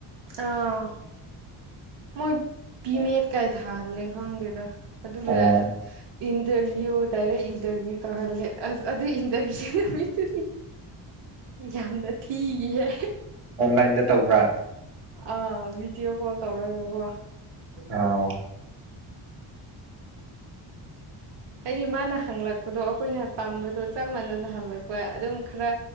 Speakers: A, on the right (about 60°); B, on the right (about 80°).
A: ꯑꯥ ꯃꯣꯏ ꯄꯤꯃꯦꯠ ꯀꯥꯏ ꯊꯥꯍꯜꯂꯦ ꯈꯪꯗꯦꯗ ꯑꯗꯨꯒ
B: ꯑꯣ
A: ꯏꯟꯇꯔꯚ꯭ꯌꯨ ꯗꯥꯏꯔꯦꯛ ꯏꯟꯇꯔꯚꯤꯌꯨ ꯇꯧꯍꯜꯂꯦ ꯑꯁ ꯑꯗꯨ ꯏꯟꯇꯔꯚꯤꯌꯨ ꯅꯨꯃꯤꯠꯇꯨꯗꯤ ꯌꯥꯝꯅ ꯊꯤꯒꯤꯍꯦ
B: ꯑꯣꯟꯂꯥꯏꯟꯗ ꯇꯧꯕ꯭ꯔꯥ
A: ꯑꯥ ꯚꯤꯗꯤꯑꯣ ꯀꯣꯜ ꯇꯧꯔꯒꯀꯣ
B: ꯑꯥꯎ
A: ꯍꯥꯏꯗꯤ ꯃꯥꯅ ꯍꯪꯂꯛꯄꯗꯣ ꯑꯩꯈꯣꯏꯅ ꯇꯝꯕꯗꯣ ꯆꯞ ꯃꯥꯟꯅꯅ ꯍꯪꯂꯛꯄ ꯑꯗꯨꯝ ꯈꯔ